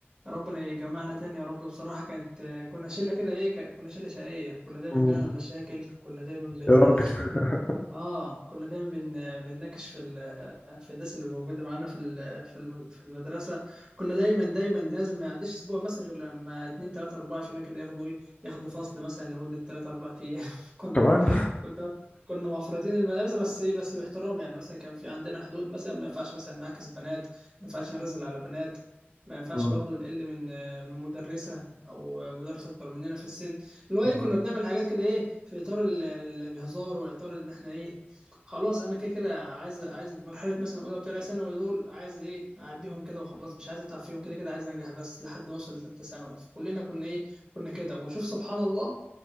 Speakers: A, on the right; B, on the left.
A: ربنا يجمعنا تاني يا رب بصراحه كانت كنا شله كده ايه ك- كنا شله شقيه كنا دايما
B: مم.
A: بنعمل مشاكل كنا دايما بن
B: يا راجل
A: <laughs>
B: <laughs>
A: اه كنا دايما بن... بنناقش في ال... في الناس اللي موجوده معانا في ال... في الم- في المدرسه كنا دايما دايما لازم ما يعديش اسبوع مثلا غير لما اتنين تلاته اربعه عشان كده ياخدوا ايه ياخدوا فصل مثلا لمده تلاته اربعه ايام <laughs> كنا
B: كمان
A: كنا كنا مفرطين المدرسه بس ايه بس باحترام يعني مثلا كان في عندنا حدود مثلا ما ينفعش مثلا نعاكس بنات ما ينفعش نرزل على بنات ما ينفعش
B: <laughs> مم.
A: برضو نقل من آه، من مدرسه او مدرس اكبر مننا في السن اللي هو
B: مم.
A: ايه كنا بنعمل حاجات كده ايه في اطار ال- ال- الهزار واطار ان احنا ايه خلاص انا كده كده عايز عايز مرحله مثلا اولى وثانيه ثانوي دول عايز ايه اعديهم كده وخلاص مش عايز اتعب فيهم كده كده عايز انجح بس لحد ما اوصل لثالثه ثانوي كلنا كنا ايه كنا كده وشوف سبحان الله